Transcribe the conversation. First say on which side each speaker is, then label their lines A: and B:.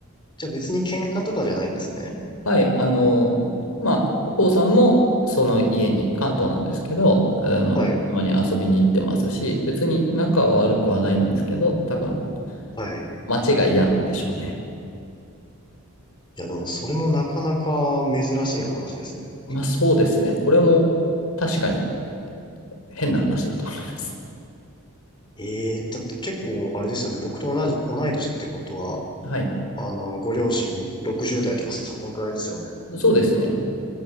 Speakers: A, on the left; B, on the left.
A: じゃあ別に喧嘩とかじゃないんですね。
B: はい。あの、まあ、お父さんも、その家に、関東なんですけど、あの、
A: はい、
B: たまに遊びに行ってますし、別に仲は悪くはないんですけど、多分、
A: はい。
B: 街が嫌なんでしょうね。
A: いやでもそれもなかなか珍しい話ですね。
B: まあそうですね。これも確かに変な話だと思います。
A: ええだって結構あれですよね。僕と同じ、同い年ってことは、
B: はい。
A: あの、ご両親60代とかそんくらいですよね。
B: そうですね。